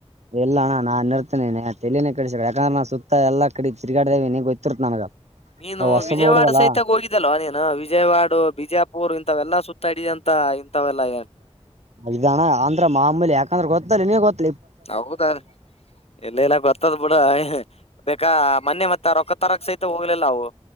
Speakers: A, on the right; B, on the left.
A: ಎಲ್ಲ ಅಣ್ಣ ನಾನ್ ಇರ್ತೇನೆ ತಲನೇ ಕಡಿಸ ಯಾಕಂದ್ರ ನಾ ಸುತ್ತ ಎಲ್ಲ ಕಡಿ ತಿರುಗಾಡ್ದೇವಿ ನೀಗ ಗೊತ್ತಿರುತ್ ನನಗ
B: ನೀನು
A: ಹೊಸಬ
B: ವಿಜಯವಾಡ
A: ಹುಡುಗಲ್ಲ
B: ಸಹಿತಾಗ ಹೋಗಿದ್ದಲ್ವಾ ನೀನು ವಿಜಯವಾಡ ಬಿಜಾಪುರ್ ಅವೆಲ್ಲಾ ಸುತ್ತಾಡ ಅಂತ ಇಂಥವೆಲ್ಲಾ
A: ಇದಣ ಅಂದ್ರ ಮಾಮೂಲಿ ಯಾಕಂದೆ ಗೊತ್ತ ನೀ ಗೊತ್
B: ಹೌದ ಎಲ್ಲ ಎಲ್ಲ ಬರ್ತದ್ ಬಿಡು ಬೇಕಾ ಮೊನ್ನೆ ಮತ್ತ ರೊಕ್ಕ ತರಕ್ ಸಹಿತ ಹೋಗ್ಲಿಲ್ಲ ಅವು